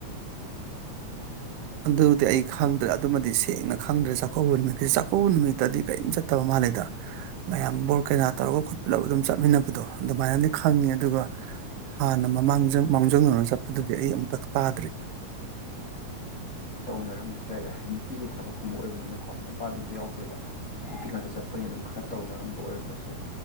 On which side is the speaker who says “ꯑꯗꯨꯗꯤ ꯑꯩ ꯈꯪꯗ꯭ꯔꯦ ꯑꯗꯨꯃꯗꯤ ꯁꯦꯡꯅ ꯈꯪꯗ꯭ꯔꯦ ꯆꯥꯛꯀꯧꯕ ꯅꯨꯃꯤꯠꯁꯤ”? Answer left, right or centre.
Right